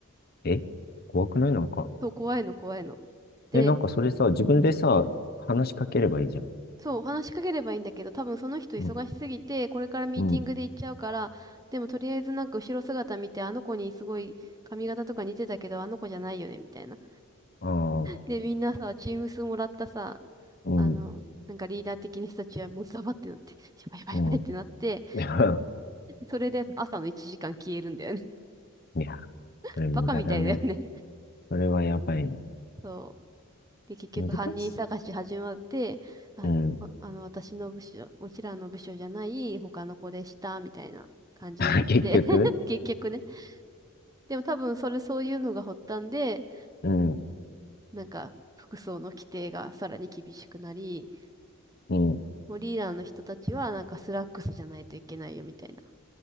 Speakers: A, on the left (about 45°); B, on the right (about 15°).
A: え怖くないなんか。
B: <laughs> そう、怖いの怖いの。で
A: え、なんかそれさ、自分でさ、話しかければいいじゃん。
B: そう、話しかければいいんだけど、多分その人忙しすぎて、
A: うん、
B: これからミーティングで行っちゃうから、
A: うん、
B: でもとりあえずなんか後ろ姿見て、あの子にすごい髪型とか似てたけど、あの子じゃないよね、みたいな。
A: ああ、
B: で、みんなさ、チーム数もらったさ、
A: うん、
B: あの、なんかリーダー的な人たちはもうザバってなって、やばいやばいやばいってなって、
A: うん。<laughs> いや、
B: それで朝の1時間消えるんだよね。
A: いや
B: <laughs>
A: それ無駄だね。
B: バカみたいだよね。
A: それはやばいね。
B: そう。で、結局犯人探し始まって、
A: 難しい。
B: あ、
A: うん。
B: こあの、私の部署、うちらの部署じゃない他の子でした、みたいな感じになって、
A: <laughs> 結局、
B: <laughs> 結局ね。でも多分それそういうのが発端で、
A: うん、
B: なんか服装の規定がさらに厳しくなり、
A: うん。
B: もうリーダーの人たちはなんかスラックスじゃないといけないよ、みたいな。